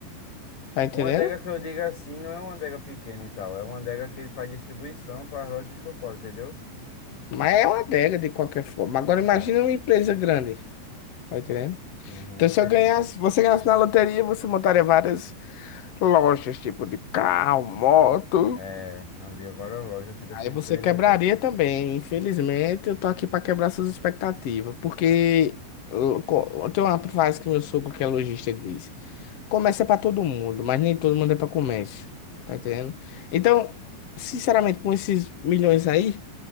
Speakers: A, on the left (about 70°); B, on the left (about 45°).
A: tá entendendo?
B: uma adega que eu digo assim, não é uma adega pequena e tal, é uma adega que ele faz distribuição pra lojas em São Paulo, entendeu?
A: Mas é uma adega de qualquer forma. Agora
B: É,
A: imagine uma empresa grande, tá entendendo?
B: uhum,
A: Então
B: entendi.
A: se eu ganhasse, você ganhasse na loteria, você montaria várias lojas, tipo de carro, moto.
B: É, abria várias lojas, eu queria
A: Aí
B: ser
A: você
B: empreendedor.
A: quebraria também. Infelizmente, eu tô aqui pra quebrar suas expectativas. Porque eu, co- tem uma frase que meu sogro, que é lojista, ele diz: Comércio é pra todo mundo, mas nem todo mundo é pra comércio. Tá entendendo? Então, sinceramente, com esses milhões aí.